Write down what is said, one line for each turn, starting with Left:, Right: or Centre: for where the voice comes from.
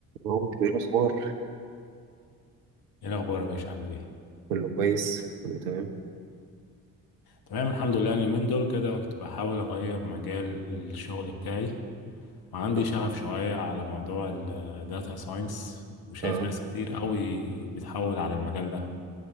Right: هو ايه الاخبار
Left: ايه الاخبار يا باشا عامل ايه
Right: كله كويس كله تمام
Left: تمام الحمد لله أنا اليومين دول كده كنت بحاول اغير مجال الشغل بتاعي وعندي
Right: اه
Left: شغف شويه على موضوع الداتا ساينس وشايف
Right: آه.
Left: ناس كتير قوي بتحول على المجال ده